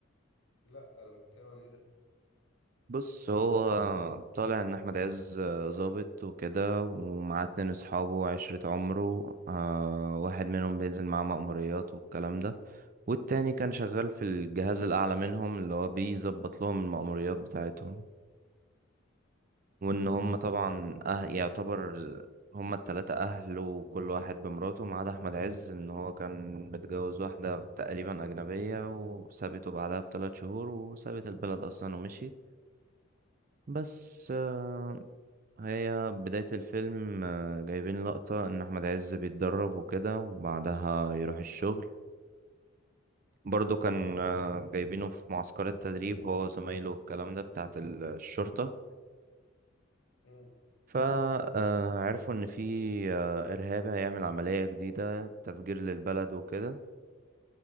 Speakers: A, on the left; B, on the right.
A: لا انا بتكلم عن ايه ده
B: بص هو طالع ان احمد عز آه، ظابط وكده ومعاه اتنين اصحابه وعشرة عمره آه، واحد منهم بينزل معاه مأموريات والكلام ده والتاني كان شغال في الجهاز الاعلى منهم اللي هو بيظبط لهم المأموريات بتاعتهم وان هم طبعا أه يعتبر هم التلاتة اهل وكل واحد بمراته ما عدا احمد عز ان هو كان متجوز واحدة تقريبا اجنبية وسابته بعدها بثلاث شهور وسابت البلد اصلا ومشيت بس آه، هي بداية الفيلم آه، جايبين لقطة ان احمد عز بيتدرب وكده وبعدها يروح الشغل برضو كان آه، جايبينه في معسكر التدريب هو وزمايله والكلام ده بتاعت الشرطة
A: امم
B: فعرفوا ان في آه، ارهابي هيعمل عملية جديدة تفجير للبلد وكده